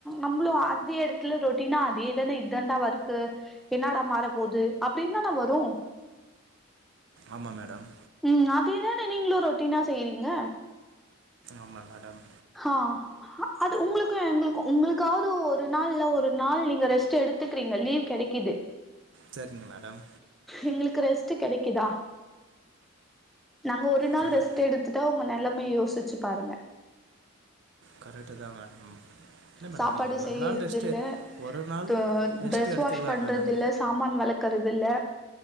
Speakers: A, in the centre; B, on the right.
A: நம்மளும் அதே இடத்துல ரொட்டனா அதே தான இ தான் வருக்கு என்னடா மாற போது அப்டி தான வரு
B: ஆமா மேடம்
A: ம் அதேதானே நீங்களும் ரொட்டினா செய்யறீங்க
B: ஆமா மேடம்
A: ஹா அது உங்களுக்கு எங்களுக்கு உங்களுக்காவது ஒரு நாள் இல்ல ஒரு நாள் நீங்க ரெஸ்ட்டு எடுத்துக்கிறீங்க லீவ் கெடைக்குது
B: சேரிங்க மேடம்
A: எங்களுக்கு ரெஸ்ட்டு கெடைக்குதா நாங்க ஒரு நாள்
B: கர
A: ரெஸ்ட் எடுத்துட்டா உங்க நெலைமைய யோசிச்சு பாருங்க
B: கரெக்டு தா மேடம் இல்ல மேடம்
A: சாப்பாடு
B: நீங்க ஒரு
A: செய்யறது
B: நாள் ரெஸ்ட்டு
A: இல்ல
B: ஒரு நாள்
A: தொ
B: ரெஸ்ட்டு
A: ட்ரெஸ்
B: எடுத்துக்கலா
A: வாஷ் பண்றது
B: மேடம்
A: இல்ல சாமான் வெலக் கறதில்ல